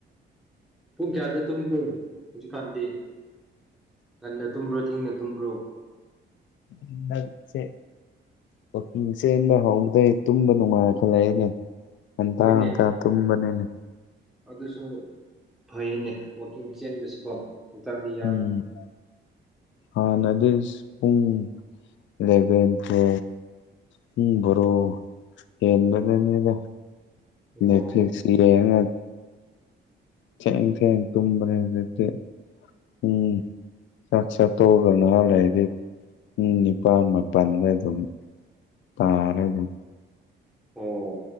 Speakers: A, in the centre; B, on the left.
A: ꯄꯨꯡ ꯀꯌꯥꯗ ꯇꯨꯝꯒꯦ ꯍꯧꯖꯤꯛꯀꯥꯟꯗꯤ ꯉꯟꯅ ꯇꯨꯝꯕ꯭ꯔꯣ ꯊꯦꯡꯅ ꯇꯨꯝꯕ꯭ꯔꯣ
B: ꯍꯟꯗꯛꯁꯦ ꯋꯥꯀꯤꯡ ꯆꯦꯟꯕ ꯍꯧꯕꯗꯩ ꯇꯨꯝꯕ ꯅꯨꯡꯉꯥꯏ ꯈꯜꯂꯛꯑꯦꯅꯦ ꯉꯟꯇꯥ
A: ꯍꯣꯏꯅꯦ
B: ꯉꯟꯇꯥ ꯇꯨꯝꯕꯅꯤꯅꯦ
A: ꯑꯗꯨꯁꯨ ꯐꯩꯅꯦ ꯋꯥꯛꯀꯤꯡ ꯆꯦꯟꯕꯁꯤꯀꯣ ꯍꯛꯆꯥꯡꯗꯤ ꯌꯥꯡꯕꯅꯤ
B: ꯎꯝ ꯍꯥꯟꯅꯗꯤ ꯏꯁ ꯄꯨꯡ ꯂꯦꯚꯦꯟ ꯇꯣ ꯄꯨꯡ ꯕꯥꯔꯣ ꯌꯦꯟꯕꯅꯅꯤꯗ
A: ꯑꯣ
B: ꯅꯦꯠꯐ꯭ꯂꯤꯛꯁꯀꯤꯌꯦꯡꯉ ꯊꯦꯡ ꯊꯦꯡ ꯇꯨꯝꯕꯅꯦ ꯍꯧꯖꯤꯛꯇꯤ ꯎꯝ ꯆꯥꯛ ꯆꯥ ꯇꯣꯛꯑꯒ ꯈꯍꯥꯥꯛ ꯂꯩꯗꯤ ꯄꯨꯡ ꯅꯤꯄꯥꯜ ꯃꯥꯄꯜꯗ ꯑꯗꯋꯥꯏꯗ ꯗꯨꯝ ꯇꯥꯔꯦ ꯑꯗꯨꯝ
A: ꯑꯣ